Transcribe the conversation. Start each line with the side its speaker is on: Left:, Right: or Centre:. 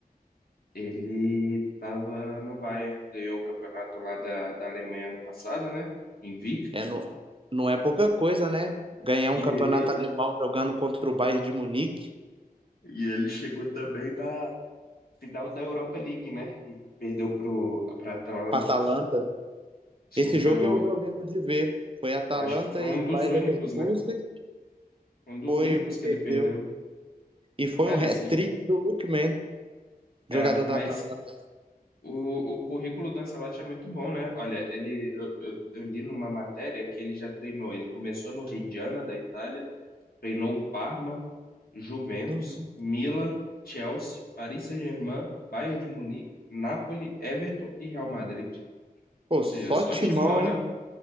Left: Ele tava no Bayern, ganhou o campeonato lá da, da Alemanha ano passado, né? Invicto.
Right: É, não, não é pouca coisa, né? Ganhar um
Left: E
Right: campeonato
Left: ele,
Right: alemão jogando contra o Bayern de Munique,
Left: e ele chegou também da final da Europa League, né? E perdeu pro, pra Atalanta.
Right: pra Atalanta.
Left: Sim,
Right: Esse
Left: foi
Right: jogo
Left: o.
Right: eu, eu lembro de ver. Foi Atalanta
Left: Acho que foi um
Right: e
Left: dos
Right: Bayer
Left: únicos,
Right: Leverkusen.
Left: né? Um dos
Right: Foi
Left: únicos
Right: o que
Left: que
Right: perdeu.
Left: ele perdeu.
Right: E foi
Left: Cara,
Right: um hat-trick
Left: sim.
Right: do Lookman, jogador
Left: É, mas
Right: da Atalanta.
Left: o, o currículo do Ancelotti é muito bom, né? Olha, ele eu, eu, eu li numa matéria que ele já treinou. Ele começou no Reggiana da Itália, treinou o Parma, Juventus,
Right: Uhum.
Left: Milan, Chelsea, Paris Saint-Germain, Bayern de Munique, Napoli, Everton e Real Madrid.
Right: Pô,
Left: Ou
Right: só
Left: seja, só
Right: timão,
Left: timão,
Right: hein?
Left: né?